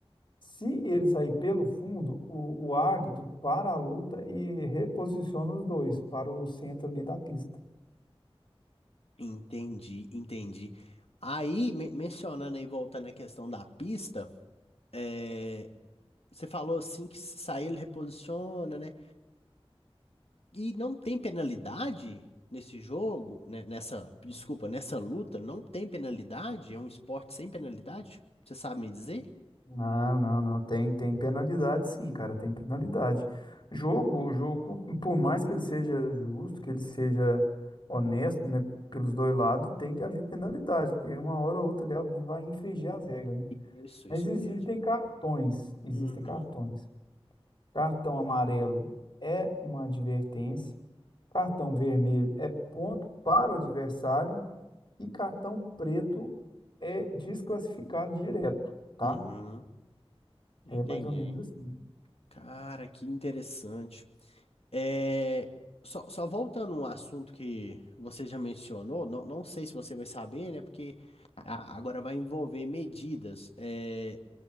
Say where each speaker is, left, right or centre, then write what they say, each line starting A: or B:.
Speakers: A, on the left (about 50°); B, on the left (about 75°).
A: Se ele sair pelo fundo, o, o árbitro para a luta e reposiciona os dois para o centro ali da pista.
B: Entendi, entendi. Aí, men- mencionando aí, voltando à questão da pista, é, você falou assim que se sair ele reposiciona, né? E não tem penalidade nesse jogo, né? Nessa, desculpa, nessa luta, não tem penalidade? É um esporte sem penalidade? Você sabe me dizer?
A: Não, não, não. Tem, tem penalidade, sim, cara. Tem penalidade. Jogo, jogo, por mais que ele seja justo, que ele seja honesto, né, pelos dois lados, tem que haver penalidade, porque uma hora ou outra ali alguém vai infringir as regras, né?
B: Isso,
A: Mas
B: isso
A: existem
B: mesmo.
A: cartões, existem
B: Uhum,
A: cartões. Cartão amarelo é uma advertência, cartão vermelho é ponto para o adversário e cartão preto é desclassificado direto, tá?
B: uhum, entendi.
A: É mais ou menos assim.
B: Cara, que interessante. É, só, só voltando a um assunto que você já mencionou, não, não sei se você vai saber, né? Porque a- agora vai envolver medidas. É,